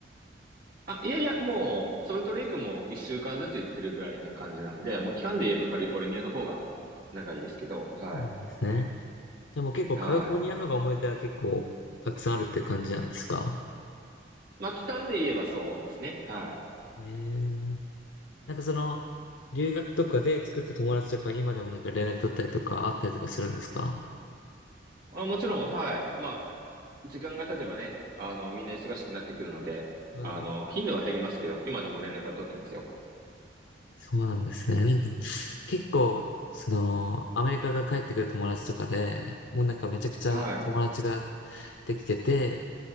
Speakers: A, on the right; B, on the left.
A: あ、いやいや、もう、ソルトレイクも一週間ずつ行ってるぐらいな感じなんで、もう期間で言えばカリフォルニアの方が長いですけど、はい。
B: そうなんですね。じゃあもう結構カリフォルニアの方が思い出は結構たくさんあるっていう感じなんですか
A: はい。まあ、期間で言えばそうですね。はい。
B: ええなんかその、留学とかで作った友達とか今でもなんか連絡取ったりとかあったりとかするんですか
A: あ、もちろん、はい。まあ、時間が経てばね、あの、みんな忙しくなってくるので、
B: はい。
A: あの、頻度は減りますけど、今でも連絡は取ってますよ。
B: そうなんですね。なんか結構、その、アメリカが帰ってくる友達とかで、もうなんかめちゃくちゃ友達が
A: はい。
B: できてて、